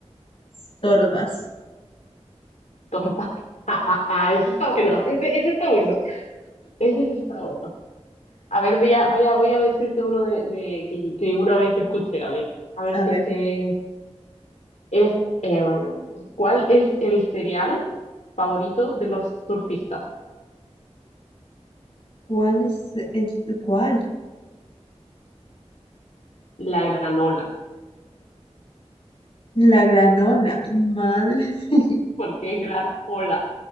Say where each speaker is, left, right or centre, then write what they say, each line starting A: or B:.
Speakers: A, on the left (about 50°); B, on the left (about 85°).
A: Storbas.
B: Torpa. <laughs> Ese está bueno, ese, ese está bueno. Ese sí está bueno. A ver, voy a, voy a, voy a decirte uno de, de- que, que una vez yo escuché, a ver, a ver
A: A
B: si
A: ver,
B: es que es, em, ¿cuál es el cereal favorito de los surfistas?
A: ¿cuál es el cuál?
B: La granola.
A: La granola. Madre. <laughs>
B: ¿Por qué granola?